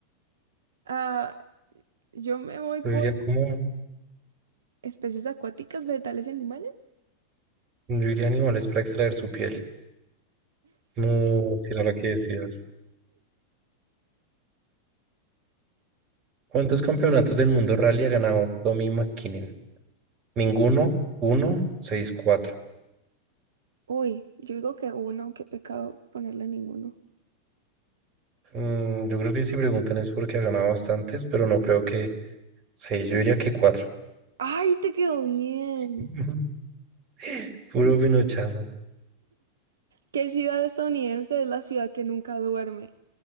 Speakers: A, on the right; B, on the right.
A: Ah, yo me voy
B: Yo
A: por
B: diría como,
A: especies acuáticas, vegetales y animales.
B: yo diría animales para extraer su piel. No, si era la que decías. ¿Cuántos campeonatos del mundo rally ha ganado Tommy McKinnon? Ninguno, uno, seis, cuatro.
A: Uy, yo digo que uno, qué pecado ponerle ninguno.
B: Mm, yo creo que si preguntan es porque ha ganado bastantes, pero no creo que seis, yo diría que cuatro.
A: ¡Ay, te quedó bien!
B: <laughs> Puro pinochazo.
A: ¿Qué ciudad estadounidense es la ciudad que nunca duerme?